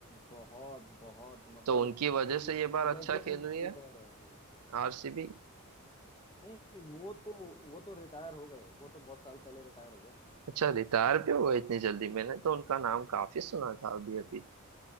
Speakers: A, on the left; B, on the right.
A: बहुत बहुत मतलब
B: तो उनकी वजह से ये बार अच्छा
A: लेजेंड
B: खेल रही
A: प्लेयर
B: है
A: है वो
B: आरसीबी
A: नहीं वो तो वो तो रिटायर हो गए वो तो बहुत साल पहले रिटायर हो गए
B: अच्छा रिटायर भी हुआ इतनी जल्दी मैंने तो उनका नाम काफी सुना था अभी अभी